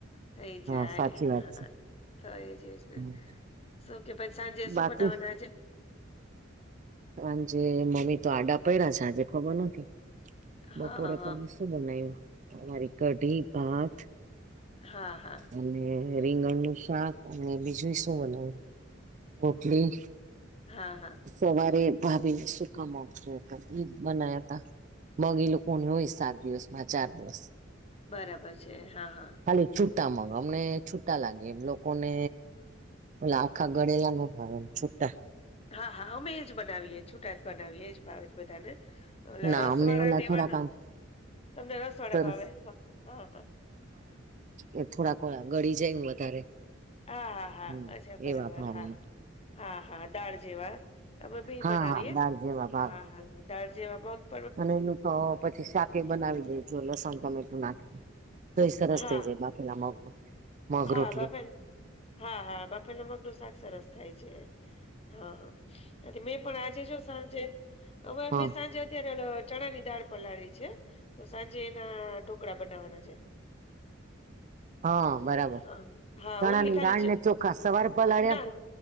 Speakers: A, on the left; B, on the right.
A: ત એ
B: હા
A: જાય
B: સાચી વાત છે.
A: હ તો એ જજ ને
B: હમ.
A: <inaudible> શું કે પછી સાંજે શું
B: બાકી
A: બનાવવાના આજે
B: કાર જે મમ્મી તો આડા પ્યા છે આજે ખબર નથી બપોરે
A: હા હા
B: તોમે શું બનાવું તમારી કઢી ભાત
A: હા હા
B: અને રીંગણ નું શાક અને બીજું શું બનાવ રોટલી
A: હા હા
B: સવારે ભાભી ને સુકાામ આવશે બનાયા તા મગ એ લોકો કોણ હોય સાત દિવસમાં ચાર દિવસ
A: બરાબર છે હા હા
B: ખાલી છૂટા મગ અમને છૂટા લાગે એમ લોકોને ઓલા આખા ગળેલા ન ભાવમ છુટા
A: હા હા અમે એજ બનાવીએ છૂટા જ બનાવીએ એજ ભાવે બધાને અલા
B: ના
A: રસવાડાાગેવાણ
B: અમને ઓલા થોડાક આમ
A: તમને રસ વાડે
B: સરસ
A: ભાવે હ હા હ
B: એ થોડા કોળા ગળી જાય વધારે
A: હા હા હા
B: હમ
A: અચ્છા બરાબર
B: એવા ભાવે
A: હા હા હા દાળ જેવા તમે બે
B: હા
A: બનાવીએ
B: હા દાળ જેવા ભાવે
A: હા હા દાળ જેવા મ
B: અને એનું તો પછી શાકે બનાવી દેજો લસણ ટમેટું ના તોય સરસ
A: હા
B: થઈ જાય બાપેલા મગ મગ
A: હા
B: રોટલી
A: બાપે હા હા બાપે ન મગનું શાક સરસ થાય છે હા હા મેં પણ આજે જો સાંજે અમારે
B: હા
A: મેં સાંજે અત્યારે ચણા ની દાળ પલાળી છે તો સાંજે એના ઢોકળા બનાવવાના છે
B: હા બરાબર
A: હા હા,
B: ચણાની
A: ઓનલી ખાલી
B: દાળ
A: છે
B: ને ચોખા સવાર પલાડ્યા
A: ના